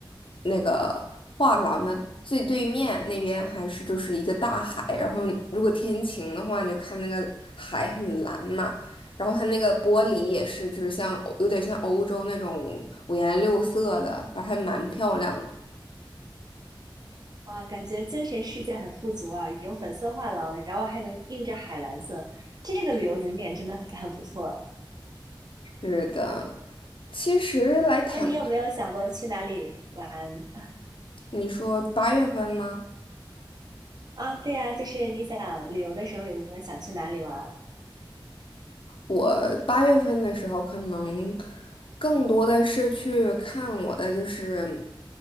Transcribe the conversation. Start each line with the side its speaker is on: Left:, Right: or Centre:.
Left: 那个画廊的最对面那边还是就是一个大海，然后如果天晴的话，你就看那个海很蓝嘛。然后它那个玻璃也是，就是像欧有点像欧洲那种五颜六色的，反正还蛮漂亮的。
Right: 啊，感觉精神世界很富足啊，有粉色画廊，然后还能映着海蓝色，这个旅游景点真的很不错哎。
Left: 是的，其实来谈，
Right: 那你有没有想过去哪里玩？
Left: 你说八月份吗？
Right: 啊，对呀，就是你想旅游的时候有没有想去哪里玩儿？
Left: 我八月份的时候，可能更多的是去看我的，就是